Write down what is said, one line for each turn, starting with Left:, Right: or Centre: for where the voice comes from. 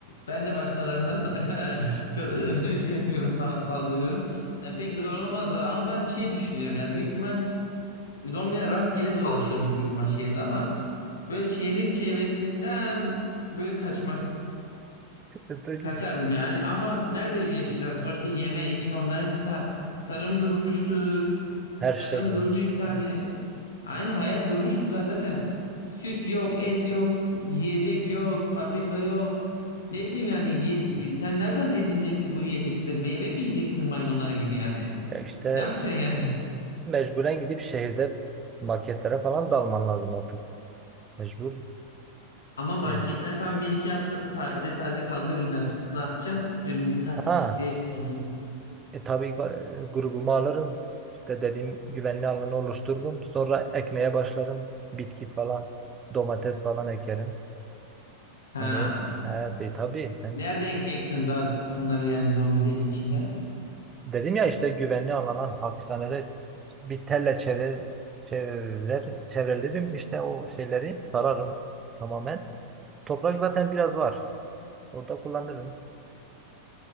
Left: ben de başkalarına sa- <laughs> şey yapıyorum falan saldırıyorum. Yani pek doğru olmaz ama ben şey düşünüyorum ya büyük ihtimal zombiler rastgele dolaşıyordur büyük ihtimal şehirde ama böyle şehrin çevresinden böyle kaçmak
Right: <laughs> Peki.
Left: kaçardım yani ama nerede yaşayacaksın sonuçta yeme içme onlar hepsi ta- tarım durmuştur
Right: Her şey
Left: tarım
Right: dönmüş.
Left: durduysa
Right: He.
Left: hani aynı hayat durmuştur zaten Zaten süt yok et yok yiyecek yok fabrika yok ne bileyim yani yiye- sen nereden edineceksin bu yiyecekleri meyve mi yiyeceksin maymunlar gibi yani
Right: Ya işte
Left: ne yapacaksın yani <laughs>
Right: mecburen gidip şehirde marketlere falan dalman lazım artık. Mecbur.
Left: Ama marketler
Right: Şey.
Left: tam bir iki hafta taze taze kaldı üründen sonra ne yapacaksın? ürünü taze
Right: Ha
Left: işte bozuldu.
Right: E, tabii ba- grubumu alırım. İşte dediğim güvenli alanı oluştururum. Sonra ekmeye başlarım. Bitki falan, domates falan ekerim.
Left: Ha.
Right: Yani evet, e, tabii sen
Left: Nerede ekeceksiniz zaten bunları yani zombilerin içinde?
Right: dedim ya işte güvenli alana hapishanede bir telle çevre, çevre, çevrelerim işte o şeyleri sararım tamamen. Toprak zaten biraz var. Orada kullanırım.